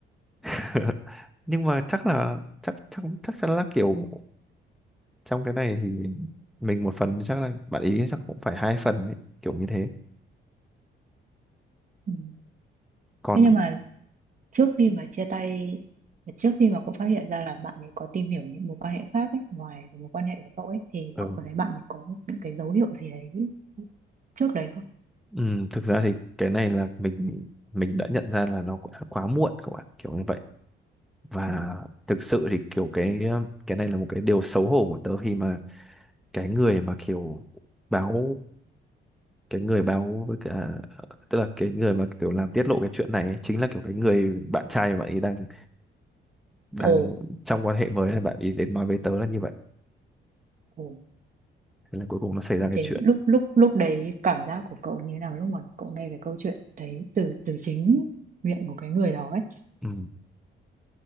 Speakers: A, in the centre; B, on the right.
A: <laughs> nhưng mà chắc là chắc chắc chắc chắn là kiểu trong cái này thì mình một phần chắc là bạn ý chắc cũng phải hai phần ấy, kiểu như thế
B: ừ.
A: còn
B: thế nhưng mà trước khi mà chia tay trước khi mà cậu phát hiện ra là bạn ấy có tìm hiểu những mối quan hệ khác ấy, ngoài cái mối quan hệ của cậu ấy thì
A: ừ
B: cậu có thấy bạn ấy có những cái dấu hiệu gì đấy trước đấy không
A: Ừ, thực ra thì cái này là mình mình đã nhận ra là nó cũng đã quá muộn các bạn kiểu như vậy và
B: ừ.
A: thực sự thì kiểu cái cái này là một cái điều xấu hổ của tớ khi mà cái người mà kiểu báo cái người báo với cả tức là cái người mà kiểu làm tiết lộ cái chuyện này ấy, chính là kiểu cái người bạn trai mà bạn ấy đang đang
B: ồ
A: trong quan hệ mới là bạn ấy đến nói với tớ là như vậy
B: ồ
A: thế là cuối cùng nó xảy ra cái
B: thế
A: chuyện
B: lúc lúc lúc đấy cảm giác của cậu như thế nào lúc mà cậu nghe cái câu chuyện đấy từ từ chính miệng của cái người đó ấy
A: ừ.